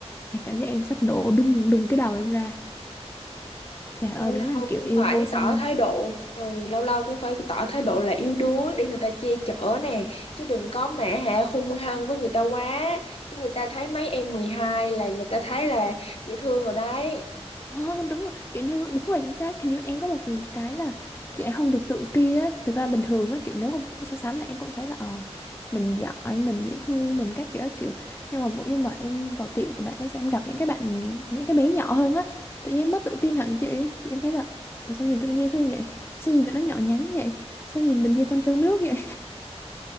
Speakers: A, on the left; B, on the left.
A: Em cảm giác em sắp nổ đùng đùng cái đầu em ra. Trời
B: lâu
A: ơi,
B: lâu
A: đúng là kiểu
B: cũng
A: yêu
B: phải
A: vô song
B: tỏ thái độ ừ, lâu lâu cũng phải tỏ thái độ là yếu đuối để người ta che chở nè chứ đừng có mẹ hả hung hăng với người ta quá chứ người ta thấy mấy em 12 là người ta thấy là dễ thương rồi đấy
A: Không, đúng rồi, kiểu như đúng rồi chính xác kiểu như em có một cái là kiểu em không được tự ti á thực ra bình thường á kiểu nếu không so sánh là em cũng thấy là ờ mình giỏi mình dễ thương mình các kiểu các kiểu nhưng mà nhưng mà em vào tiệm của bạn ấy sẽ em gặp những cái bạn những cái bé nhỏ hơn á tự nhiên em mất tự tin hẳn chị thì em thấy là ủa sao nhìn tụi nó dễ thương vậy sao nhìn tụi nó nhỏ nhắn vậy sao nhìn mình như con trâu nước vậy